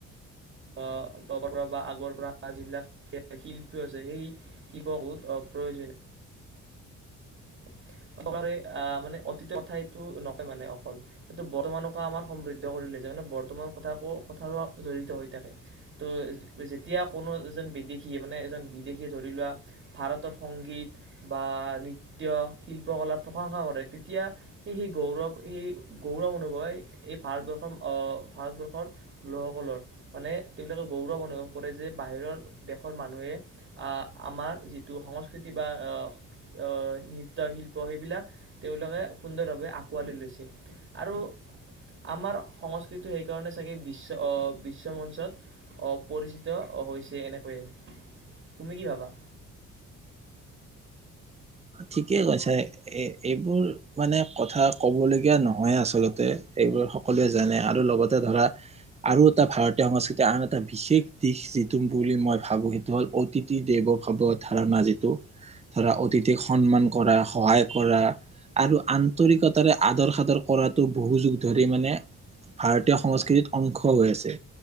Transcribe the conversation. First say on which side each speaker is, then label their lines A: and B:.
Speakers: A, on the right; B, on the right.
A: অ' বৰ পৰা বা আগৰ পৰা যিবিলাক শিল্পী আছে সেই শিককোত প্ৰয়োজনীয়। <unintelligible> আহ, মানে অতীতৰ কথাইতো নকয় মানে অকল। সেইটো বৰ্তমানকে আমাৰ সমৃদ্ধ কৰি লৈছে মানে বৰ্তমান কথাকো কথাৰ জড়িত হৈ থাকে। ত' যেতিয়া কোনো এজন বিদেশী মানে এজন বিদেশীয়ে ধৰি লোৱা ভাৰতৰ সংগীত বা নৃত্য, শিল্পকলা প্ৰশংসা কৰে তেতিয়া সেই সেই গৌৰৱ, সেই গৌৰৱ অনুভৱে এই ভাৰতবৰ্ষৰ অ' ভাৰতবৰ্ষৰ লোকসকলৰ, মানে তেওঁলোকে গৌৰৱ অনুভৱ কৰে যে বাহিৰৰ দেশৰ মানুহে আ, আমাৰ যিটো সংস্কৃতি বা অ', অ' নৃত্য, শিল্প সেইবিলাক তেওঁলোকে সুন্দৰভাৱে আকোৱালি লৈছে আৰু আমাৰ সংস্কৃতিটো সেইকাৰণে চাগে বিশ্ব অ' বিশ্ব মঞ্চত অ' পৰিচিত হৈছে এনেকৈয়ে। তুমি কি ভাবা?
B: ঠিকেই কৈছা, এ-এইবোৰ মানে কথা ক'বলগীয়া নহয় আচলতে, এইবোৰ সকলোৱে জানে আৰু লগতে ধৰা আৰু এটা ভাৰতীয় সংস্কৃতিৰ আন এটা বিশেষ দিশ যিটো বুলি মই ভাবোঁ সেইটো হ'ল অত তিথি দেৱ ভাৱ ধাৰণা যিটো ধৰা অতিথ থি সন্মান কৰা, সহায় কৰা আৰু আন্তৰিকতাৰে আদৰ সাদৰ কৰাটো বহু যুগ ধৰি মানে ভাৰতীয় সংস্কৃতিত অংশ হৈ আছে।